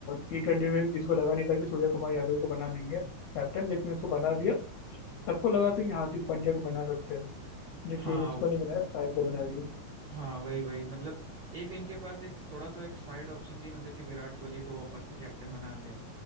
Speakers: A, on the left (about 75°); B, on the right (about 50°).
A: टी ट्वेंटी में भी किसी को लगा नहीं था कि सूर्य कुमार यादव को बना देंगे कैप्टन लेकिन उसको बना दिया सबको लगा था कि हार्दिक पांड्या को बना सकते हैं लेकिन
B: हाँ
A: उसको
B: वो-
A: नहीं बनाया साई को बना दिया
B: हाँ वही वही मतलब एक इनके पास एक थोड़ा सा एक साइड ऑप्शन भी मतलब कि विराट कोहली को वापस से कैप्टन बना दें